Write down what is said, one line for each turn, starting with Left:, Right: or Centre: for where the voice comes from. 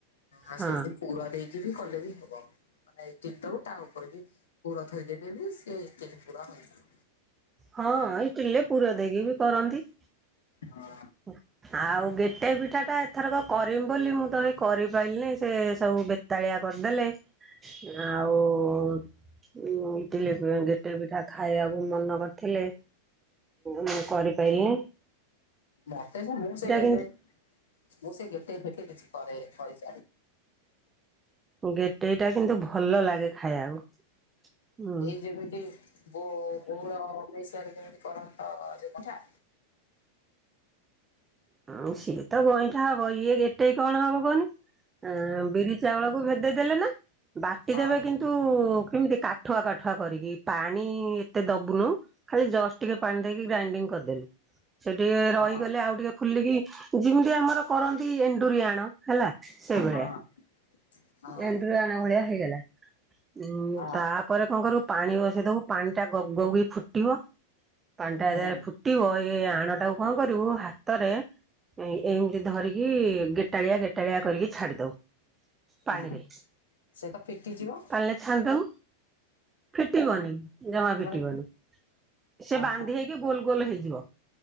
Left: ଆ
Right: ହଁ
Left: ସେମିତି ପୁର ଦେଇକି କଲେ ବି ହବ। ମାନେ ଇଟିଲି ଦବୁ ତା ଉପରେ ବି ପୁର ଥୋଇଦେଲେ ବି ସେଇ ଇଟିଲିପୁର ହେଇଯିବ।
Right: ହଁ ଇଟିଲିରେ ପୁର ଦେଇକି ବି କରନ୍ତି।
Left: ହଁ
Right: ହୁଁ ଆଉ ଗେଟେଇ ପିଠା ଟା ଏଥରକ କରିମି ବୋଲି ମୁଁ ତ ହେଇ କରିପାଇଲି ନେଇ ସେ ସବୁ ବେ ବେତାଳିଆ କରିଦେଲେ ଆଉ। ଉ ପିଲେ ଗେ ଗେଟେଇ ପିଠା ଖାଇବାକୁ ମନ କରିଥିଲେ। ମୁଁ କରିପାଇଲି।
Left: ମୋତେ ଯେ ମୁଁ ସେ କେବେ
Right: କିନ୍ତୁ
Left: ମୁଁ ସେ ଗୋଟେଇ ଫେଟେଇ କିଛି କରେ କରିଜାଣିନି।
Right: ଗେଟେଇଟା କିନ୍ତୁ ଭଲ ଲାଗେ। ଖାଇବାକୁ। ହୁଁ।
Left: ଏଇ ଯେମିତି <unintelligible> ଷରେ କେମିତି କରଟ ଯିବନା
Right: ଉଁ ସିଏ ତ ଗଇଁଠା ହବ ଇଏ ଗେଟେଇ କଣ ହବ କହନି ଏ ବିରି ଚାଉଳକୁ ଭେଦେଇ ଦେଲେ ନା ବାଟିଦବେ
Left: ହଁ
Right: କିନ୍ତ ଜା ନ୍ତୁ କେମିତି କାଠୁଆ କାଠୁଆ କରିକି ପାଣି ଏତେ ଦବୁନୁ ଖାଲି ଜଷ୍ଟ ଟିକେ ପାଣି ଦେଇକି ଗ୍ରାଇଣ୍ଡିଙ୍ଗ କରିଦେଲି ସେ ଟିକେ
Left: ହଁ
Right: ରହିଗଲେ ଆଉ ଟିକେ ଫୁଲିକି ଯେମିତି ଆମର କରନ୍ତି ଏଣ୍ଡୁରିଆଣ ହେଲା ସେଇଭଳିଆ।
Left: ହଁ ହଁ
Right: ଏଣ୍ଡିରୁ ଆଣ ଭଳିଆ ହେଇଗଲା ଉଁ
Left: ହଁ
Right: ତାପରେ କଣ କରୁ ପାଣି ବସେଇ ଦବୁ ପାଣିଟା ଗବ ଗବ କି ଫୁଟିବ ପାଣି ଟା ଯେତେବେଳେ
Left: ହୁଁ
Right: ଫୁ ଫୁଟିବ ଏଇ ଆଣଟାକୁ କଣ କରିବୁ ହାତରେ ଏମିତି ଧରିକି ଗେଟାଳିଆ ଗେଟାଳିଆ କରିକି ଛାଡି ଦବୁ। ପାଣିରେ
Left: ହୁଁ ସେ ତ ଫିଟିଯିବ
Right: ପାଣିରେ ଛାଡ଼ିଦବୁ ଫିଟିବନି। ଜମା ଫିଟିବନି
Left: ମାନେ
Right: ସେ
Left: ଅହ
Right: ବାନ୍ଧି ହେଇକି ଗୋଲ ଗୋଲ ହେଇଯିବ।